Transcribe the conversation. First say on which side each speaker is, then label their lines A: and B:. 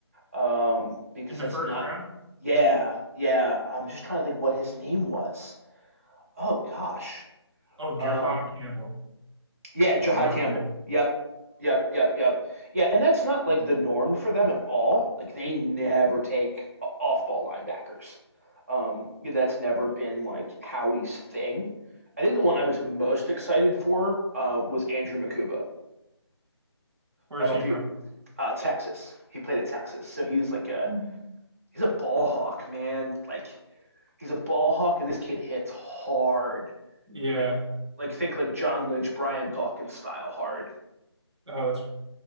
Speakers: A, on the right (about 30°); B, on the right (about 70°).
A: Um, because
B: in the
A: that's
B: first
A: not.
B: round?
A: Yeah, yeah. I'm just trying to think what his name was. Oh gosh.
B: Oh, Jahad
A: uh,
B: Campbell
A: yeah, Jahad
B: from Alabama.
A: Campbell. Yep. Yep, yep, yep. Yeah, and that's not like the norm for them at all. Like they never take o- off-ball linebackers. Um, yeah, that's never been like Howie's thing. I think the one I was most excited for uh, was Andrew Makuba.
B: Where
A: I
B: is
A: don't know
B: he
A: if
B: from?
A: you uh, Texas. He played at Texas, so he was like a
B: I don't-
A: he's a ball hawk, man. Like he's a ball hawk, and this kid hits hard.
B: Yeah.
A: Like like think like John Lynch, Brian Dawkins style hard.
B: Oh, that's